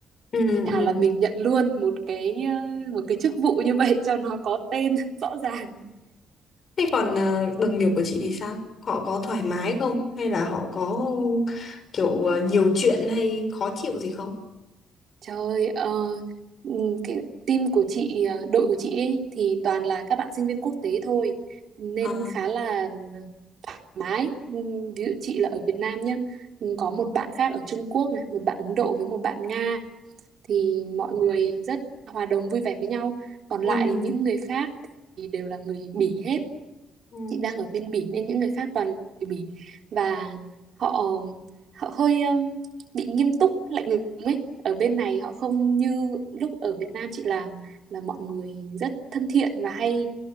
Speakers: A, on the left; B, on the right.
A: Ừ. Ừ.
B: thì thà là mình nhận luôn một cái ờ, một cái chức vụ như vậy cho nó có tên <laughs> rõ ràng
A: Thế còn ờ, đồng nghiệp của chị thì sao? Họ có thoải mái không? Hay là họ có kiểu ờ, nhiều chuyện hay khó chịu gì không?
B: Trời ơi, ờ, ừm, cái team của chị, ờ, đội của chị ấy, thì toàn là các bạn sinh viên quốc tế thôi, nên
A: À,
B: khá là ừ, mái. Ừm, Ví dụ chị là ở Việt Nam nhá, ừm, có một bạn khác ở Trung Quốc này, một bạn Ấn Độ với một bạn Nga, thì mọi người rất hòa đồng vui vẻ với nhau. Còn
A: Ừ.
B: lại những người khác thì đều là người Bỉ hết,
A: Ừ.
B: chị đang ở bên Bỉ nên những người khác toàn là người Bỉ và họ họ hơi um, bị nghiêm túc lạnh lùng ấy ở bên này họ không như lúc ở Việt Nam chị làm là mọi người rất thân thiện và hay